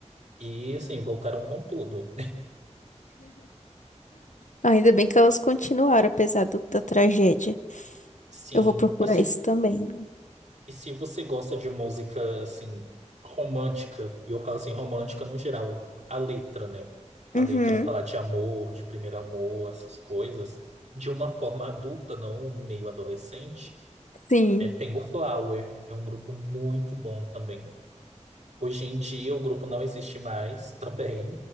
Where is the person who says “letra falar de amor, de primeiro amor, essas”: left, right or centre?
Right